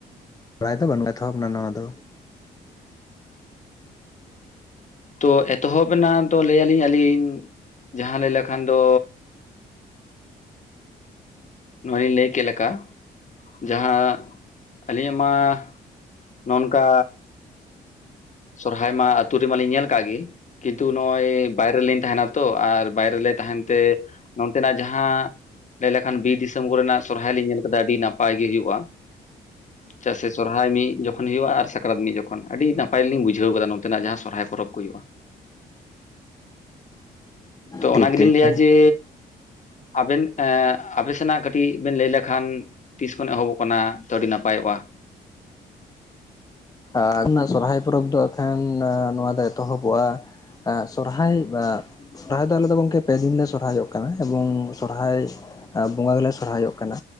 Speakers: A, on the left (about 20°); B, on the left (about 35°).
A: ᱵᱟᱲᱟᱭ ᱫᱚ ᱵᱟᱹᱱᱩᱜ ᱮᱛᱚᱦᱚᱵ ᱮᱱᱟ ᱱᱚᱣᱟ ᱫᱚ
B: ᱛᱚ ᱮᱛᱚᱦᱚᱵ ᱮᱱᱟ ᱫᱚ ᱞᱟᱹᱭᱟᱞᱤᱧ ᱟᱹᱞᱤᱧ ᱡᱟᱦᱟᱸ ᱞᱟᱹᱭ ᱞᱮᱠᱷᱟᱱ ᱫᱚ ᱱᱚᱣᱟ ᱞᱤᱧ ᱞᱟᱹᱭ ᱠᱮᱫ ᱞᱮᱠᱟ ᱡᱟᱦᱟᱸ ᱟᱹᱞᱤᱧᱟᱜᱼᱢᱟ ᱾ ᱱᱚᱱᱝᱠᱟ ᱥᱚᱨᱦᱟᱭ ᱢᱟ ᱟᱹᱛᱩ ᱨᱮᱢᱟ ᱞᱤᱧ ᱧᱮᱞ ᱠᱟᱜ ᱜᱮ ᱠᱤᱱᱛᱩ ᱱᱚᱜᱼᱚᱭ ᱵᱟᱭᱨᱮᱞᱤᱧ ᱛᱟᱦᱮᱱᱟ ᱛᱚ ᱟᱨ ᱵᱟᱭᱨᱮ ᱞᱮ ᱛᱟᱸᱦᱮᱱ ᱛᱮ ᱾ ᱱᱚᱱᱛᱮᱱᱟᱜ ᱡᱟᱦᱟᱸ ᱞᱟᱹᱭ ᱞᱮᱠᱷᱟᱱ ᱵᱤᱨ ᱫᱤᱥᱚᱢ ᱠᱚᱨᱮᱱᱟᱜ ᱥᱚᱦᱨᱟᱭ ᱞᱤᱧ ᱧᱮᱞ ᱠᱮᱫᱟ ᱟᱹᱰᱤ ᱱᱟᱯᱟᱭ ᱜᱮ ᱦᱩᱭᱩᱜ-ᱟ ᱾ ᱪᱟᱜ ᱥᱮ ᱥᱚᱦᱨᱟᱭ ᱢᱤᱫ ᱡᱚᱠᱷᱚᱱ ᱦᱩᱭᱩᱜᱼᱟ ᱟᱨ ᱥᱟᱠᱨᱟᱛ ᱢᱤᱫ ᱡᱚᱠᱷᱚᱱ ᱟᱹᱰᱤ ᱱᱟ ᱯᱟᱭ ᱞᱤᱧ ᱵᱩᱡᱷᱟᱹᱣ ᱠᱟᱫᱟ ᱱᱚᱛᱮᱱᱟᱜ ᱡᱟᱦᱟᱸ ᱥᱚᱦᱨᱟᱭ ᱯᱚᱨᱚᱵᱽ ᱠᱚ ᱦᱩᱭᱩᱜᱼᱟ ᱾ ᱛᱚ
A: ᱴᱷᱤᱠ
B: ᱚᱱᱟ ᱜᱮᱞᱤᱧ
A: ᱴᱷᱤᱠ
B: ᱞᱟᱹᱭᱟ
A: ᱴᱷᱤᱠ
B: ᱡᱮ ᱟᱵᱮᱱ ᱟᱯᱮ ᱥᱮᱱᱟᱜ ᱠᱟᱹᱴᱤᱡ ᱵᱮᱱ ᱞᱟᱹᱭ ᱞᱮᱠᱷᱟᱱ ᱛᱤᱥ ᱠᱷᱚᱱ ᱮᱦᱚᱵᱚᱜ ᱠᱟᱱᱟ ᱛᱚ ᱟᱹᱰᱤ ᱱᱟᱯᱟᱭᱚᱜᱼᱟ ᱾
A: ᱟᱨ ᱱᱟᱜ ᱥᱚᱦᱨᱟᱭ ᱯᱚᱨᱚᱵᱽ ᱫᱚ ᱮᱠᱷᱟᱱ ᱱᱚᱣᱟ ᱫᱚ ᱮᱛᱚᱦᱚᱵᱚᱜᱼᱟ ᱾ ᱥᱚᱨᱦᱟᱭ <unintelligible> ᱥᱚᱨᱦᱟᱭ ᱫᱚ ᱟᱞᱮ ᱫᱚ ᱜᱚᱢᱠᱮ ᱯᱮ ᱫᱤᱱᱞ ᱥᱚᱨᱦᱟᱭᱚᱜ ᱠᱟᱱᱟ ᱮᱵᱚᱝ ᱥᱚᱨᱦᱟᱭ ᱵᱚᱸᱜᱟ ᱜᱮᱞᱮ ᱥᱚᱨᱦᱟᱭᱚᱜ ᱠᱟᱱᱟ